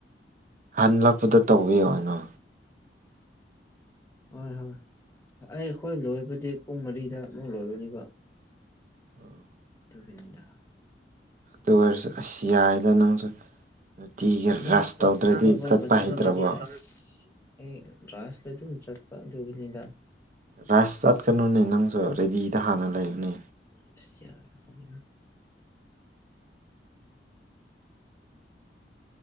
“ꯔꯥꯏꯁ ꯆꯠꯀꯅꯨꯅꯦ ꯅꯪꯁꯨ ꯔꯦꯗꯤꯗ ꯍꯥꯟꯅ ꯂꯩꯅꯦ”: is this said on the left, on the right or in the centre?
Right